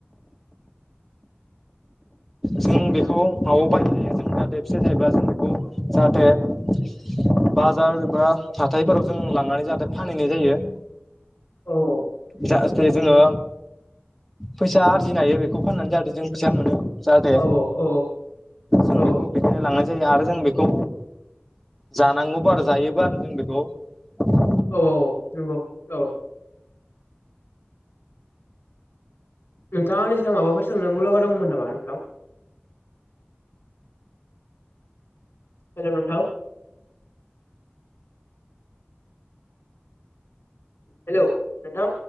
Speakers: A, in the centre; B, on the left.
A: जों बेखौ न'आव बायनाय जायो जों जाहाथे फसे थायोब्ला जों बेखौ जाहाथे बाजार एबा हाथायफोराव जों लांनानै जाहाथे फानहैनाय जायो
B: औ औ
A: जाहाथे जोङो फैसा आरजिनो हायो बेखौ फाननानै जाहाथे जों फैसा मोनो जाहाथे
B: औ औ
A: जों
B: औ औ
A: बेखौ बेखायनो लांनाय जायो आरो जों बेखौ जानांगौबो आरो जायोबो आरो जों बेखौ
B: औ औ नंगौ औ। नोंथाङा आंनिसिगाङाव माबाफोर सोंनांगौलागा दंमोन नामा नोंथां? हेल' नोंथां। हेल' नोंथां।